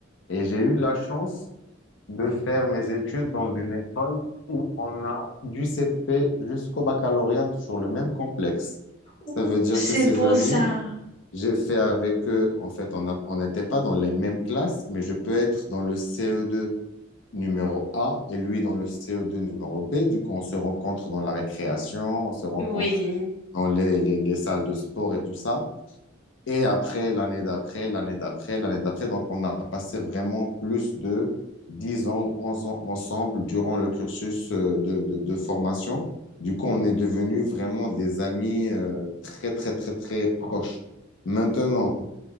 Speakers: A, on the left; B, on the left.
A: Et j'ai eu la chance de faire mes études dans une école où on a du CP jusqu'au baccalauréat sur le même complexe. Ça
B: Ouh,
A: veut dire
B: c'est
A: que ces
B: beau
A: amis,
B: ça.
A: j'ai fait avec eux, en fait, on a- on n'était pas dans les mêmes classes, mais je peux être dans le CE2 numéro A et lui dans le CE2 numéro B. Du coup, on se rencontre dans la récréation, on se rencontre
B: Oui.
A: dans les, les les salles de sport et tout ça. Et après, l'année d'après, l'année d'après, l'année d'après. Donc, on a passé vraiment plus de 10 ans ou 11 ans ensemble durant le cursus euh, de, de, de formation. Du coup, on est devenus vraiment des amis euh, très, très, très, très proches. Maintenant,